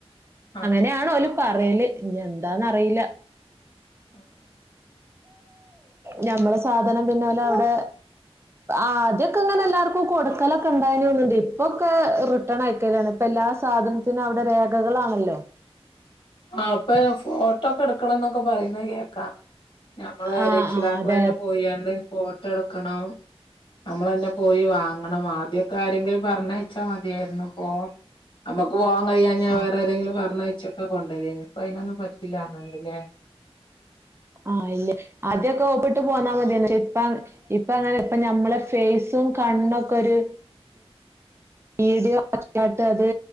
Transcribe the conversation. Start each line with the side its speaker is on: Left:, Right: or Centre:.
Left: ആഹ്
Right: അങ്ങനെയാണോല്.. പറയല് ഇനി എന്താന്നറീല.
Left: ആഹ
Right: ഞമ്മടെ സാധനം പിന്ന ഓലവടെ, ആദ്യൊക്കെ അങ്ങനെ എല്ലാർക്കും കൊടുക്കലൊക്കെ ഉണ്ടായ്നുന്നണ്ട്. ഇപ്പൊക്കെ റിട്ടേൺ അയക്കലാണ് ഇപ്പൊ എല്ലാ സാധനത്തിനും അവിടെ രേഖകളാണല്ലോ.
Left: ആ അപ്പൊ ഫോട്ടോക്കെ എടുക്കണം എന്നൊക്കെ പറയുന്ന കേക്കാം ഞമ്മള്
Right: ആഹ്
Left: രക്ഷിതാക്കളന്നെ
Right: ആഹ് അതെ
Left: പോയിയണ്ട് പോ.. എടുക്കണം, നമ്മള് തന്നെ പോയി വാങ്ങണം ആദ്യക്കെ ആരെങ്കിലും പറഞ്ഞ.. യമതിയായിരുന്നു ഫോൺ നമ്മുക്ക് വാങ്.. അയ്യാ ഞാൻ
Right: ആഹ്
Left: വേറെ ആരെങ്കിലും പറഞ്ഞയക്കാ - ചോക്.. കൊണ്ടരേനു ഇപ്പ അയ്നൊന്നും പറ്റില്ലന്നണ്ടല്ലേ..
Right: ആഹ ഇല്ലേ ആദ്യമൊക്കെ ഒപ്പിട്ട് പോന്നാ മതിയെ.. ഇപ്പ ഇപ്പ അങ്ങനെ ഇപ്പ ഞമ്മളെ ഫേസും കണ്ണൊക്കെ ഒരു വീഡിയോ ഒക്കട്ട് അത്,